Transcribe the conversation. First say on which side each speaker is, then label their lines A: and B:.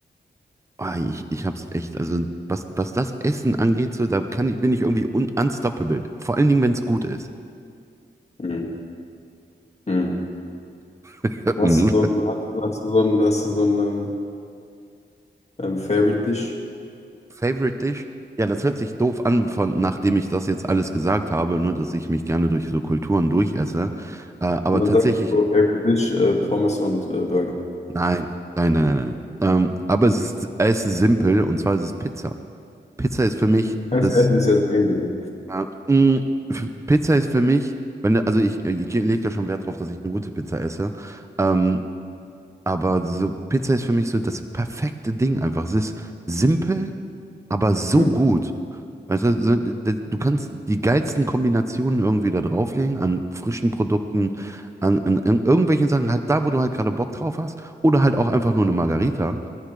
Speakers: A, on the right; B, on the left.
A: Ah, ich, ich hab's echt, also was, was das Essen angeht, so, da kann ich, bin ich irgendwie un unstoppable. Vor allen Dingen, wenn es gut ist.
B: hm, hm.
A: <laughs>
B: Hast
A: Mhm.
B: du so ein, hast, du- hast du so ein, hast du so ein ähm, ähm, Favorite Dish?
A: Favorite Dish? Ja, das hört sich doof an, von, nachdem ich das jetzt alles gesagt habe, ne, dass ich mich gerne durch so Kulturen durchesse. Äh, aber
B: Und dann
A: tatsächlich,
B: sagst du so, Favorite Dish, äh, Pommes und äh, Burger.
A: nein, nein, nein, nein, nein. Ähm, aber es ist, es ist simpel und zwar ist es Pizza. Pizza ist für mich
B: Das
A: das.
B: Essen ist ja so ähnlich. ja.
A: Äh, mh, f- Pizza ist für mich, wenn, du- also ich, ich lege da schon Wert drauf, dass ich eine gute Pizza esse. Ähm, aber so, Pizza ist für mich so das perfekte Ding einfach. Es ist simpel. aber so
B: Hm,
A: gut. Weißt du, so, d- du kannst die geilsten Kombinationen irgendwie da drauflegen, an frischen Produkten, an, an, an irgendwelchen Sachen, halt da, wo du halt gerade Bock drauf hast, oder halt auch einfach nur eine Margarita.